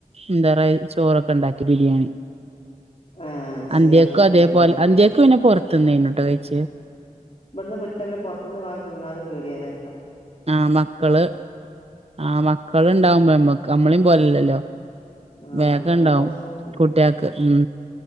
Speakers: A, on the right (about 45°); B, on the left (about 45°).
A: എന്താറയ ചോറൊക്കെ ഇണ്ടാക്കി ബിരിയാണി
B: ആ അത് ശരി
A: അന്ത്യക്കു
B: ഭക്ഷണൊക്കെ
A: അതേപോലെ
B: അതിലുണ്ടല്ലേ
A: അന്ത്യക്കു പിന്നെ പൊറത്ത്ന്നേനുട്ടൊ കയ്ച്ചത്
B: ഇവ്ട്ന്ന് വിട്ട പിന്നെ പൊറത്ത്ന്ന് വാങ്ങി തിന്നാനും പേടിയാലെ
A: ആ മക്കള് ആ മക്കള് ഇണ്ടാവുമ്പോ ഞമ്മക്ക് നമ്മളിം പോലെല്ലല്ലോ
B: ആ
A: വേഗണ്ടാവും
B: കുട്ടികൾക്ക് ഭക്ഷണം
A: കുട്ട്യോക്ക് ഉം